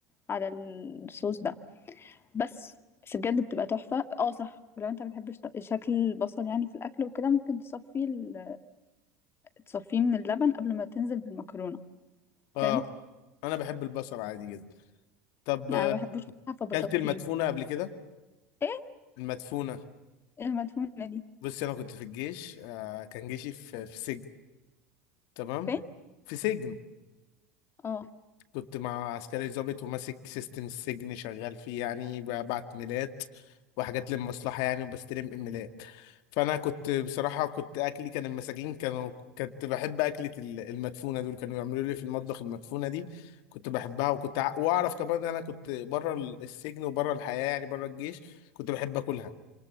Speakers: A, on the left; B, on the left.
A: على الصوص ده بس بس بجد بتبقى تحفة اه صح ولو انت مبتحبش ط- شكل البصل يعني في الأكل وكده ممكن تصفيه ال... تصفيه من اللبن قبل ما تنزل بالمكرونة
B: اه
A: فهمت؟
B: انا بحب البصل عادي جدا طب
A: أنا مبحبوش بصراحة فبصفيه
B: كلت المدفونه قبل كده
A: ايه
B: المدفونه
A: المدفونة دي؟
B: بصي انا كنت في الجيش آه كان جيشي في في سجن تمام
A: فين؟
B: في سجن
A: اه
B: كنت مع عسكري ضابط وماسك سيستم السجن شغال فيه يعني ببعت ميلات وحاجات للمصلحة يعني وبستلم ايميلات فأنا كنت بصراحة كنت أكلي كان المساجين كانوا كنت بحب أكلة ال- المدفونة دول كانوا يعملوا لي في المطبخ المدفونة دي كنت بحبها وكنت ع- وأعرف كمان إن أنا كنت بره ال- السجن وبره الحياة يعني بره الجيش كنت بحب أكلها